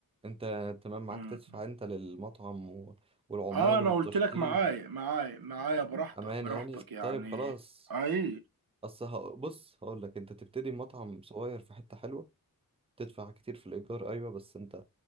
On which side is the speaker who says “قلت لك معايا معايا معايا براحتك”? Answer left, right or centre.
Right